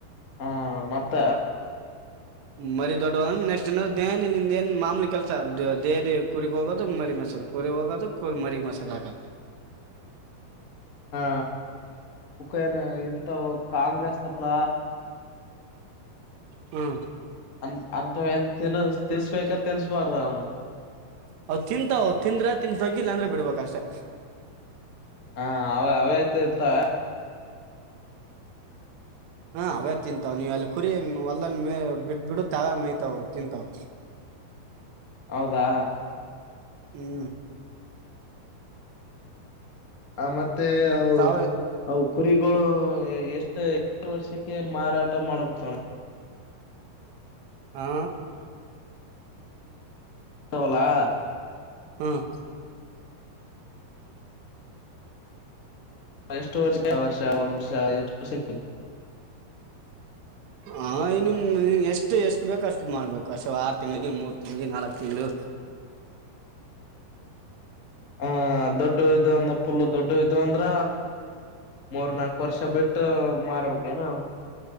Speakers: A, on the left; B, on the right.
A: ಹಾ ಮತ್ತ
B: ಮರಿ ದೊಡ್ಡವಾದ ನೆಕ್ಸ್ಟ್ ಏನ ದೇನ ನಿಂದ ಏನ್ ಮಾಮಲಿ ಕೆಲ್ಸ ದಹಲಿ ಕುರಿಗ್ ಹೋಗೋದು ಮರಿ ಮಸಾದ ಕುರಿಗ್ ಹೋಗೋದು ಕುರಿ ಮರಿಗ್ ಮಸದ ಹಾಕತ್
A: ಹಾ ೇನು ಎಂತ ಕಾಂಗ್ರೆಸ್ ತಪ್ಪಲ
B: ಹ್ಮ್
A: ಅ ಅಂತ ಏನ್ ತಿನ್ ತಿನ್ಸ್ಬೇಕತ್ ತಿನ್ಸ್ಬಾರ್ದಣ
B: ಹೌ್ ತಿಂತಾವ್ ತಿಂದ್ರೆ ತಿನ್ಸಗಿಲ್ಲ ಅಂದ್ರೆ ಬಿಡ್ಬೇಕಷ್ಟೆ
A: ಹ ಅವ ಅವತಿಂತಂತ
B: ಹಾ ಅವೇ ತಿಂತಾವ ನೀವು ಅಲ್ಲಿ ಕುರಿ ಹೊಲ್ಲ್ ಮೇ ಬಿಟ್ಟ ಬಿಡು ತಾವ ಮೈಯ್ತಾವ ತಿಂತಾವ
A: ಹೌದಾ
B: ಹ್ಮ
A: ಆ ಮತ್ತೆ ಅ
B: ತಾವೇ
A: ಹೌ ಕುರಿಗಳು ಎಷ್ಟು ಎಷ್ಟು ವರ್ಷಕ್ಕೆ ಮಾರಾಟ ಮಾಡ್ಬೇಕಣ
B: ಹಾ
A: ಕುಲಾ
B: ಹ್ಮ್
A: ಎಷ್ಟು ವರ್ಷಕ್ಕೆ ಆ ವರ್ಷ ಒಂದ್ ವರ್ಷ ಎಷ್ಟು ವರ್ಷಕ್ಕೆ
B: ಹ ಇನ್ನುಮ್ ಎಷ್ಟು ಎಷ್ಟು ಬೇಕ ಅಷ್ಟು ಮಾಡ್ಬೇಕು ಅಷ್ಟು ಆರು ತಿಂಗ್ಳಿಗೆ ಮೂರ್ ತಿಂಗ್ಳಿಗೆ ನಾಲ್ಕ್ು ತಿಂಗಗಳು
A: ಹ ದೊಡ್ಡ ಇ ಅಂದ್ರ ಪಫುಲ್ ದೊಡ್ಡ ಇ್ ಅಂದ್ರ ಮೂರ್ ನಾಕ್ು ವರ್ಷ ಬಿಟ್ಟು ಮಾರಬೇಕೇನ